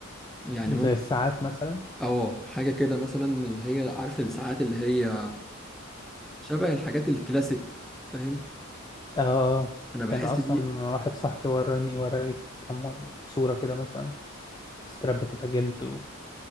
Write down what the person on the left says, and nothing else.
زي الساعات مثلا
اه آه.
كان اصلا
واحد صاحبي وراني وراني كام صورة كده مثلا ستراب بتبقى جلد و...